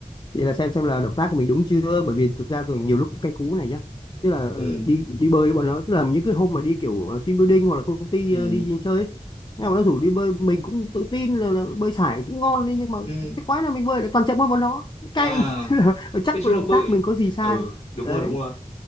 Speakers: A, on the left (about 35°); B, on the left (about 50°).
A: thì là xem xem là động tác của mình đúng chưa bởi vì thực ra rồi nhiều lúc cũng cay cú này nhá tức là
B: ừ
A: đi đi bơi với bọn nó tức là những cái hôm mà đi kiểu ờ, team building hoặc là công ty
B: ừ
A: ờ, đi chơi ấy, nhưng mà bọn nó rủ đi bơi mình cũng tự tin là, là bơi sải cũng ngon đi nhưng mà
B: ừ
A: cái quái là mình bơi lại toàn chậm hơn bọn nó
B: à
A: cay <laughs> Tức là chắc
B: nói chung
A: là
B: là
A: động
B: bơi
A: tác mình có gì sai
B: ừ đúng
A: đấy,
B: rồi đúng rồi